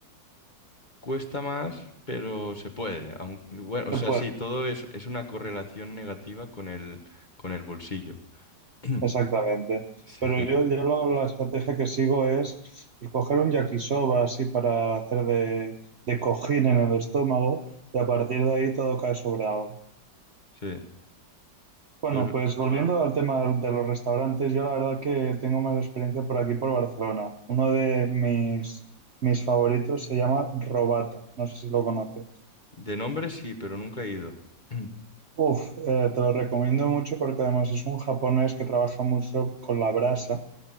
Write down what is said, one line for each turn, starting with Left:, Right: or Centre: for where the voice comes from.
Left: Cuesta más, pero se puede. aun- bueno,
Right: Se
Left: o sea,
Right: puede.
Left: sí, todo es, es una correlación negativa con el, con el bolsillo. <clears throat>
Right: Exactamente.
Left: Sí,
Right: Pero yo, yo lo- la estrategia que sigo es pues, coger un yakisoba así para hacer de, de cojín en el estómago y a partir de ahí todo cae sobre algo.
Left: sí.
Right: Bueno,
Left: Pues
Right: pues volviendo al tema de los restaurantes, yo la verdad que tengo más experiencia por aquí, por Barcelona. Uno de mis, mis favoritos se llama Robata, no sé si lo conoces.
Left: de nombre sí, pero nunca he ido. <clears throat>
Right: Uf, eh, te lo recomiendo mucho porque además es un japonés que trabaja mucho con la brasa